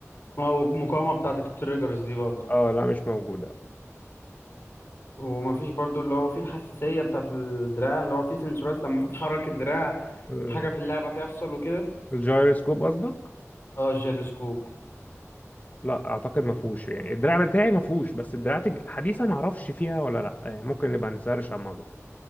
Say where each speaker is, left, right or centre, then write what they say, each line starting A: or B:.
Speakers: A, on the left; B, on the left.
A: اه والمقاومة بتاعت التريجرز دي برضه
B: اه لا مش موجودة
A: ومفيش برضو اللي هو فيه الحساسية بتاعت الدراع اللي هو فيه سنسورات لما تتحرك الدراع
B: آه،
A: حاجة في اللعبة تحصل وكده
B: الجايروسكوب قصدك؟
A: اه الجيلوسكوب
B: لا اعتقد ما فيهوش يعني الدراع بتاعي ما فيهوش بس الدراعات الحديثة ما اعرفش فيها ولا لا يعني ممكن نبقى نسرش على الموضوع ده